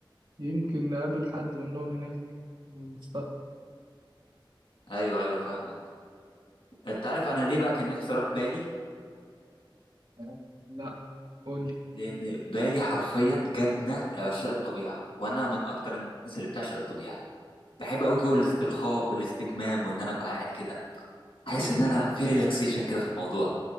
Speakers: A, on the right (about 65°); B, on the left (about 80°).
A: يمكن نقابل حد منهم هناك في المستقبل
B: ايوه ايوه فاهمك انت عارف انا ليه بقى كان نفسي اروح بالي
A: آه، لا قول لي
B: لان بالي حرفيا جنه لعشاق الطبيعه وانا من اكتر الناس اللي بتعشق الطبيعه بحب قوي جو الاسترخاء والاستجمام وان انا ابقى قاعد كده حاسس ان انا في ريلاكسيشن كده في الموضوع